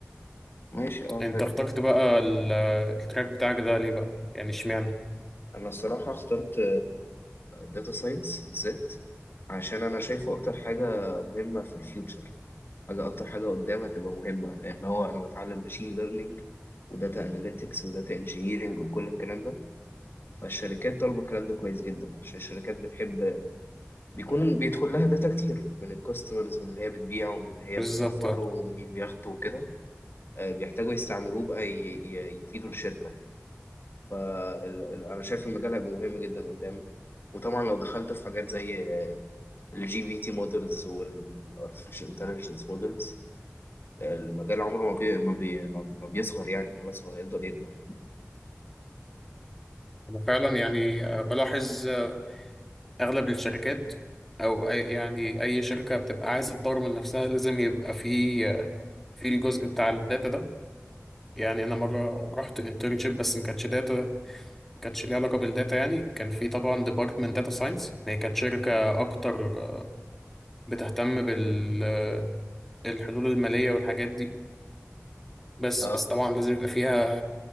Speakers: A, on the left; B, in the centre.
A: ماشي اه
B: انت
A: حلو
B: اخترت بقى ال- التراك بتاعك ده ليه بقى يعني اشمعنى
A: انا الصراحه اخترت داتا ساينس بالذات عشان انا شايفه اكتر حاجه مهمه في الفيوتشر حاجه اكتر حاجه قدام هتبقى مهمه ان هو انا بتعلم ماشين ليرنينج وداتا اناليتكس وداتا انجينيرنج وكل الكلام ده فالشركات طالبه الكلام ده كويس جدا عشان الشركات بتحب بيكون بيدخل لها داتا كتير من الكاستمرز من اللي هي بتبيعه ومن اللي هي
B: بالظبط
A: بتوفره
B: اه
A: ومين بياخده وكده آه، بيحتاجوا يستعملوه بقى ي- ي- يفيدوا الشركة فأنا شايف المجال هيبقى مهم جدا قدام وطبعا لو دخلت في حاجات زي الجي بي تي مودلز والارتفيشال انتليجنس مودلز المجال عمره ما بي ما, بي ما ما بيصغر يعني خلاص هو هيفضل يكبر
B: انا فعلا يعني آه، بلاحظ آه، اغلب الشركات او أي يعني اي شركه بتبقى عايزه تطور من نفسها لازم يبقى في آه، في الجزء بتاع الداتا ده يعني انا مره رحت انترنشيب بس ما كانتش داتا ما كانتش ليها علاقه بالداتا يعني كان في طبعا ديبارتمنت داتا ساينس هي كانت شركه اكتر آه، بتهتم بالحلول الماليه والحاجات دي بس
A: اه
B: بس طبعا لازم يبقى فيها